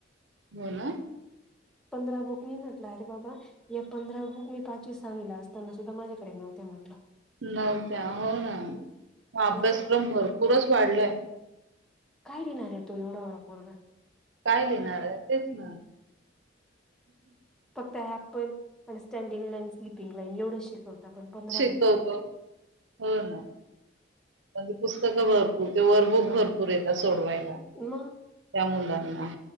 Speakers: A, on the right; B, in the centre.
A: बोला
B: पंधरा बुक मी म्हटलं, अरे बाबा या पंधरा बुक मी पाचवी, सहावीला असताना सुद्धा माझ्याकडे नव्हत्या म्हटलं.
A: नव्हत्या हो ना अभ्यासक्रम
B: याच
A: भरपूरच वाढलाय.
B: काय लिहणार आहे तो एवढा एवढा पोरगा?
A: काय लिहिणार आहे? तेच ना.
B: फक्त ॲपल आणि स्टँडिंग लाईन, स्लिपिंग लाईन एवढं शिकवत. आपण पंधरा
A: शिकवतो.
B: बुक
A: <inaudible> हो ना <inaudible> कधी पुस्तकं भरपूर ते वर्कबुक भरपूर येतात सोडवायला
B: मग
A: <inaudible> त्या मुलांना.